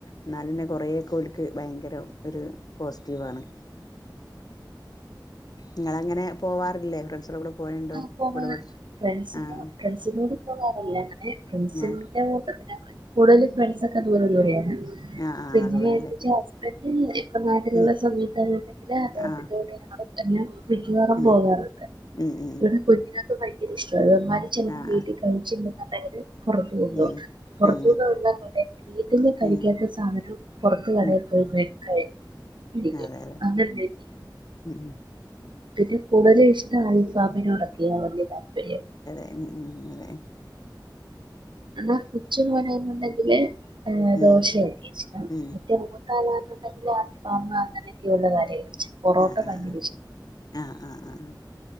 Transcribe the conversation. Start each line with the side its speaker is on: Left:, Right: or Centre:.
Left: എന്നാലന്നെ കൊറേക്കോൽക്ക് ഭയങ്കരം ഒര് പോസിറ്റീവാണ് ഇങ്ങളങ്ങനെ പോവാറില്ലേ ഫ്രണ്ട്സളെ കൂടെ പോവേണ്ടോ
Right: ആ പോകാ
Left: കൂടെ പഠിച്ച്
Right: ഫ്രണ്ട്സിന്റെ
Left: ആഹ്
Right: ഫ്രണ്ട്സിനോട് പോകാറില്ല അങ്ങനെ ഫ്രണ്ട്സിന്റെ
Left: ആഹ്
Right: <unintelligible> കൂടുതലും ഫ്രണ്ട്സൊക്കെ ദൂര ദൂരെയാണ്
Left: ആഹ്
Right: പിന്നെ
Left: ആഹ് ദൂരെല്ലേ
Right: എന്ത്ച്ചാ ഹസ്ബൻ് ഇപ്പം നാട്ടില്ള്ള
Left: ഉം
Right: സമയത്താകട്ടെ പിന്നെ അദ്ദേഹത്തിന്റെ
Left: ആഹ്
Right: കൂടെ <unintelligible> തന്നെ മിക്കവാറും
Left: ഉം
Right: പോവാറ്ണ്ട്
Left: ഉം ഉം
Right: കുഞ്ഞുങ്ങൾക്ക് ഭയങ്കര ഇഷ്ടവാണ് അവന്മാര് ചെലപ്പോ
Left: ആഹ്
Right: വീട്ടി
Left: ആഹ്
Right: <unintelligible> പൊറത്ത് കൊണ്ടോവും
Left: ഉം
Right: പൊറത്തൂടെയുള്ള
Left: ഉം
Right: കടേന്ന് വീട്ട്ന്ന് കഴിക്കാത്ത
Left: ഉം
Right: സാധനം പൊറത്തു കടേൽ
Left: ഉം
Right: പോയി മേടിച്ച് കഴിച്ചിരിക്കും
Left: അതെ അതെ
Right: <unintelligible>
Left: ഉം ഉം
Right: പിന്നെ കൂടുതല് ഇഷ്ടം അൽഫാമിനോടൊക്കെയാ വല്ല്യ താല്പര്യം
Left: ഏഹ് ഉം ഇങ്ങനെ
Right: എന്ന <unintelligible> ഏഹ്
Left: ഉം
Right: ദോശയൊക്കെ ഇഷ്ടം <unintelligible>
Left: ഉം
Right: <unintelligible> അൽഫാമ് അങ്ങനെയൊക്കെയുള്ള <unintelligible>
Left: ആഹ്
Right: ഭയങ്കര
Left: ആഹ് ആഹ് ആഹ് ആഹ് ആഹ്